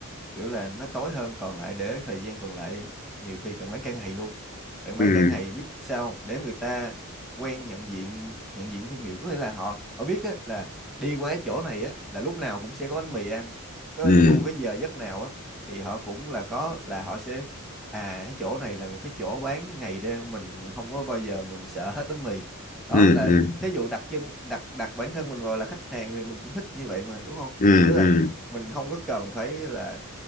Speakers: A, in the centre; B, on the left.
A: kiểu là nó tối hơn còn lại để thời gian còn lại nhiều khi bạn bán cả ngày luôn bạn bán
B: ừ
A: cả ngày biết sao không? để người ta quen nhận diện nhận diện thương hiệu có nghĩa là họ họ biết á, là đi qua cái chỗ này á, là lúc nào cũng sẽ có bánh mì ăn có
B: ừ
A: dù cái giờ giấc nào á thì họ cũng là có là họ sẽ à cái chỗ này là một cái chỗ bán ngày đêm mình không có bao giờ mình sợ hết bánh mì đó
B: ừ
A: là
B: ừ
A: thí dụ đặt chân đặt đặt bản thân mình vào là khách hàng thì mình cũng thích như vậy mà đúng không
B: ừ
A: tức
B: ừ
A: là mình không có cần phải là